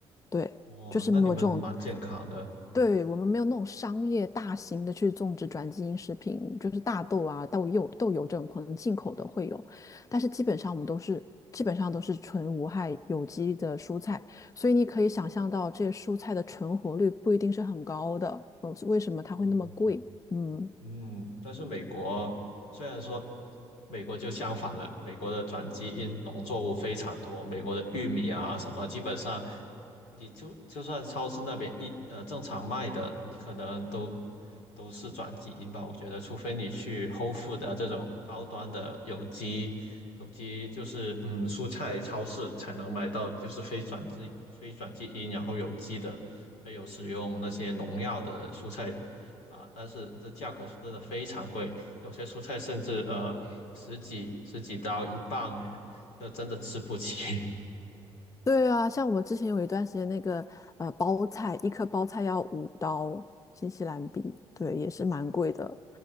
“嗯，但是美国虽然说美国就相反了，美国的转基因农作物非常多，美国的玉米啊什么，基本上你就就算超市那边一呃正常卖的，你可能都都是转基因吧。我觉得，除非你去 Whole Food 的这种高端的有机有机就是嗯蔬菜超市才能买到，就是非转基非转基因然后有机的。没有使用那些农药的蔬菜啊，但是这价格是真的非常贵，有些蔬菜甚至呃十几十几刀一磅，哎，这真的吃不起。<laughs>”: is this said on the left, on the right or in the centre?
Left